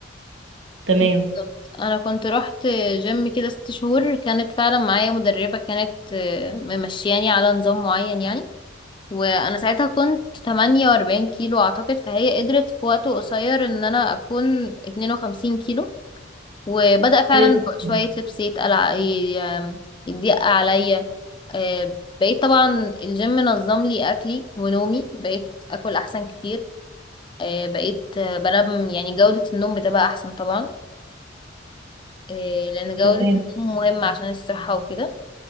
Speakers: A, on the right; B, on the left.
A: تمام
B: بالظبط انا كنت رحت جيم كده ست شهور كانت فعلا معايا مدربة كانت آه، ممشياني على نظام معين يعني وانا ساعتها كنت 48 كيلو اعتقد فهي قدرت في وقت قصير ان انا اكون 52 كيلو وبدأ فعلا
A: كويس جدا
B: شوية لبس يتقلع ي- آم، يضيق عليا آه، بقيت طبعا الجيم نظم لي اكلي ونومي بقيت اكل احسن كتير آه، بقيت آه، بنام يعني جودة النوم بتبقى أحسن طبعا آه، لأن جودة
A: تمام
B: النوم مهمة عشان الصحة وكده